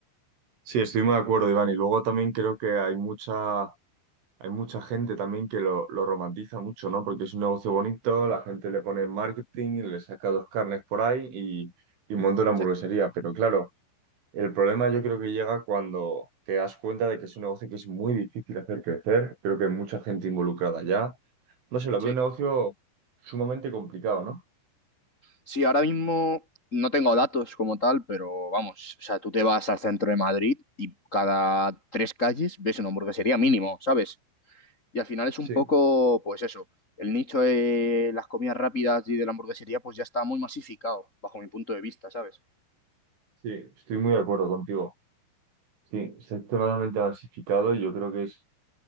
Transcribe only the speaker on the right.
sí, estoy muy de acuerdo, Iván. Y luego también creo que hay mucha Hay mucha gente también que lo, lo romantiza mucho, ¿no? Porque es un negocio bonito, la gente le pone marketing, le saca dos carnes por ahí y, y monta una hamburguesería.
Pero claro, el problema yo creo que llega cuando te das cuenta de que es un negocio que es muy difícil hacer crecer. Creo que hay mucha gente involucrada ya. No sé, lo
veo un negocio sumamente complicado, ¿no?
Sí.
Sí, estoy muy de acuerdo contigo. Sí, sector totalmente diversificado y yo creo que es